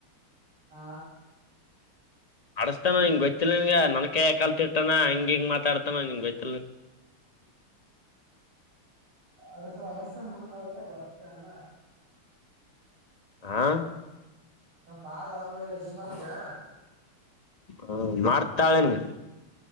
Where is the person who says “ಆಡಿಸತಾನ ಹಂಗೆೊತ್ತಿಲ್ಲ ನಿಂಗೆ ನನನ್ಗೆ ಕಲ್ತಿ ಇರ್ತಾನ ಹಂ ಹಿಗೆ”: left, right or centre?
Left